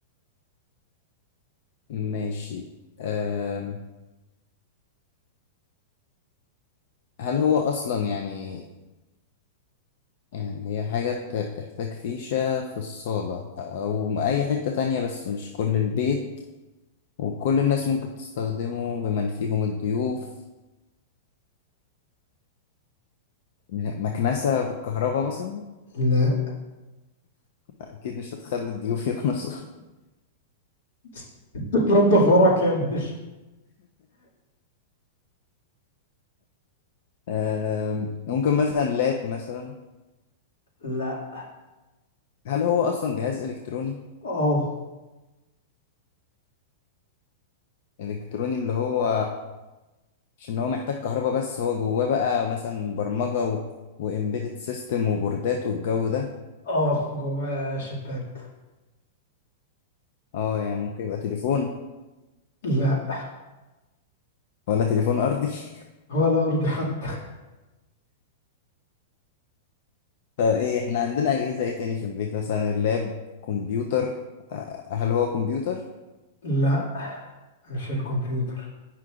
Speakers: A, on the left; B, on the left.
A: ماشي أم... هل هو اصلا يعني يعني هي حاجة بت- بتحتاج فيشة في الصالة أو أي حتة تانية بس مش كل البيت وكل الناس ممكن تستخدمه بمن فيهم الضيوف مكنسة بالكهرباء مثلا
B: لا
A: أكيد مش هتخلي الضيوف <laughs> يكنسوا
B: <laughs> <laughs> تنظف وراك يا ابني
A: آم، ممكن مثلا لاب مثلا
B: لا
A: هل هو أصلا جهاز إلكتروني؟
B: اه
A: إلكتروني اللي هو مش إن هو محتاج كهرباء بس هو جواه بقى مثلا برمجة و... وإمبيدد سيستم وبوردات والجو ده
B: اه جواه شبات
A: اه يعني ممكن يبقى تليفون
B: لا
A: ولا تليفون أرضي <laughs>
B: ولا ارضي حتى
A: طب ايه احنا عندنا اجهزه ايه تاني في البيت مثلا اللاب كمبيوتر آه، هل هو كمبيوتر
B: لا مش الكمبيوتر